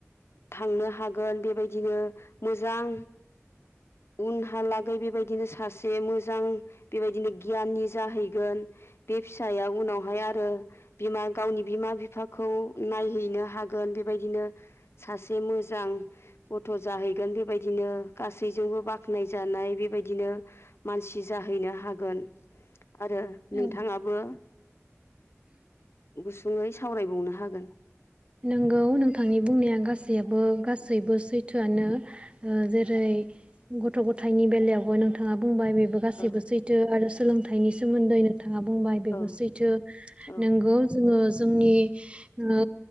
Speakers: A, on the left; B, on the right.
A: थांनो हागोन बेबायदिनो मोजां
B: <inaudible>
A: उनहालागै बेबायदिनो सासे मोजां बेबायदिनो गियाननि जाहैगोन। बे फिसाया उनावहाय आरो बिमा गावनि बिमा बिफाखौ नायहैनो हागोन। बेबायदिनो सासे मोजां गथ' जाहैगोन बेबायदिनो गासैजोंबो बाख्नाय जानाय बेबायदिनो मानसि जाहैनो हागोन। आरो नोंथाङाबो
B: औ
A: गुसुङै सावरायबावनो हागोन।
B: नंगौ नोंथांनि बुंनाया गासैयाबो गासैबो सैथोआनो ओ जेरै गथ' गथायाइनि बेलायावबो नोंथाङा बुंबाय बेबो गासैबो
A: औ
B: सैथो आरो सोलोंथाइनि सोमोन्दै नों थाङा बुंबाय बेबो
A: औ
B: सैथो
A: औ
B: नोंगौ जोङो जोंनि ओ